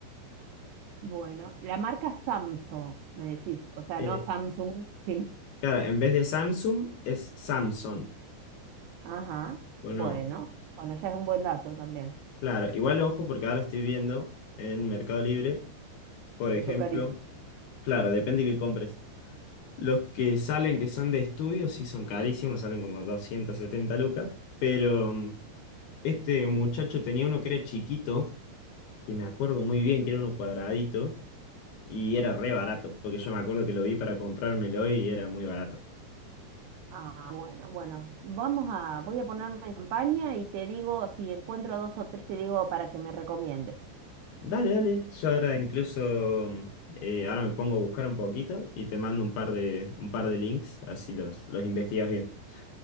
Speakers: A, on the right (about 80°); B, on the left (about 75°).
A: Bueno, la marca Samsung, me decís, o sea,
B: Eh,
A: no Samsung, <laughs> sino...
B: claro, en vez de Samsung es Samsung.
A: Ajá,
B: Bueno,
A: bueno, bueno, ya es un buen dato también,
B: claro, igual ojo porque ahora estoy viendo en Mercado Libre, por ejemplo,
A: que son carísimos.
B: claro, depende que compres. Los que salen que son de estudio sí son carísimos, salen como 270 lucas, pero mm, este muchacho tenía uno que era chiquito, y me acuerdo muy bien que era uno cuadradito. Y era re barato, porque yo me acuerdo que lo vi para comprármelo y era muy barato.
A: Ah, bueno, bueno, vamos a, voy a ponerme en campaña y te digo, si encuentro dos o tres, te digo para que me recomiendes.
B: Dale, dale. Yo ahora incluso, mm, eh, ahora me pongo a buscar un poquito y te mando un par de, un par de links, así los, los investigas bien. <laughs>